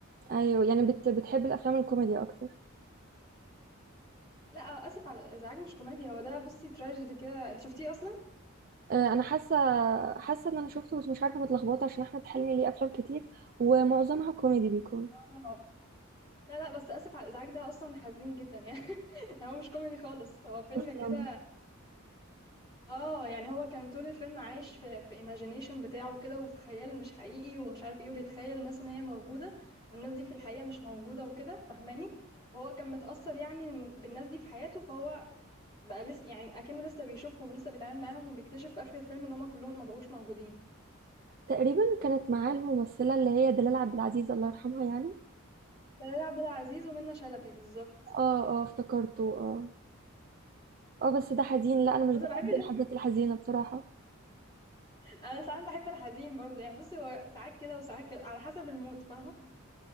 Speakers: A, on the right; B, on the left.
A: ايوه يعني بت... بتحبي الافلام الكوميدي اكتر
B: لا آه، اسف على الازعاج مش كوميدي هو ده بصي تراجيدي كده انت شفتيه اصلا
A: آه، انا حاسه حاسه ان انا شفته بس مش عارفه متلخبطه عشان احمد حلمي ليه افلام كتير ومعظمها كوميدي بيكون
B: اه لا لا بس اسف على الازعاج ده اصلا حزين جدا يعني <laughs> هو مش كوميدي خالص هو فيلم
A: اصلا
B: كده اه يعني هو كان طول الفيلم عايش في في ايماجينيشن بتاعه كده وفي خيال مش حقيقي ومش عارف ايه وبيتخيل الناس ان هي موجوده والناس دي في الحقيقه مش موجوده وكده فاهماني وهو كان متأثر يعني بالناس دي في حياته فهو بقى لسه يعني اكنه لسه بيشوفهم ولسه بيتعامل معاهم وبيكتشف في اخر الفيلم ان هم كلهم ما بقوش موجودين
A: تقريبا كانت معاه الممثله اللي هي دلال عبد العزيز الله يرحمها يعني
B: دلال عبد العزيز ومنى شلبي بالظبط
A: اه اه افتكرته اه اه بس ده حزين لا انا مش
B: بس
A: بحب
B: أنا بحب ال...
A: الحاجات الحزينه بصراحه
B: انا ساعات بحب الحزين برضو يعني بصي هو ساعات كده وساعات كده على حسب المود فاهمه